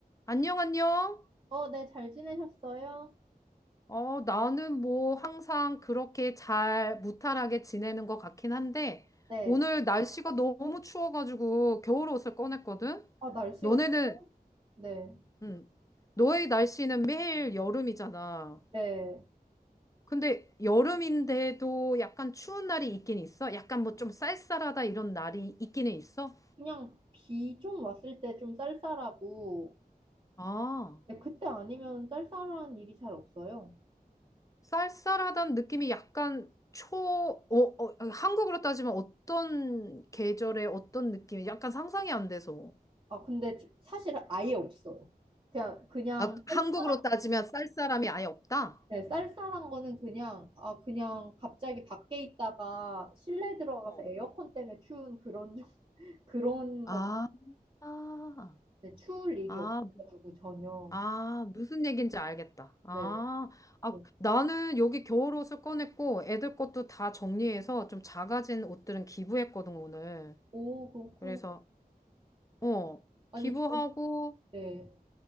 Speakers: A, on the left; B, on the right.
A: 안녕, 안녕.
B: 어, 네, 잘 지내셨어요?
A: 어, 나는 뭐 항상 그렇게 잘 무탈하게 지내는 것 같긴 한데,
B: 네.
A: 오늘 날씨가 너무 추워가지고 겨울 옷을 꺼냈거든?
B: 아, 날씨가
A: 너네는,
B: 좋아요? 네.
A: 음, 너의 날씨는 매일 여름이잖아.
B: 네.
A: 근데 여름인데도 약간 추운 날이 있긴 있어? 약간 뭐 좀 쌀쌀하다 이런 날이 있기는 있어?
B: 그냥 비 좀 왔을 때 좀 쌀쌀하고,
A: 아.
B: 네, 그때 아니면 쌀쌀한 일이 잘 없어요.
A: 쌀쌀하다는 느낌이 약간 초, 어, 어, 한국으로 따지면 어떤 계절에 어떤 느낌이 약간 상상이 안 돼서.
B: 아, 근데 좀- 사실은 아예 없어요. 그냥, 그냥
A: 아, 한국으로
B: 쌀쌀한,
A: 따지면 쌀쌀함이 아예 없다?
B: 네, 쌀쌀한 거는 그냥, 아, 그냥 갑자기 밖에 있다가 실내 들어가서
A: 어.
B: 에어컨 때문에 추운 그런, 정- <laughs> 그런
A: 아,
B: 거,
A: 아,
B: 네, 추울 일이
A: 아,
B: 없어가지고 전혀.
A: 아, 무슨 얘기인지 알겠다. 아,
B: 네.
A: 아,
B: 네.
A: 나는 여기 겨울옷을 꺼냈고 애들 것도 다 정리해서 좀 작아진 옷들은 기부했거든, 오늘.
B: 오, 그렇구나.
A: 그래서, 어,
B: 아니,
A: 기부하고,
B: 네,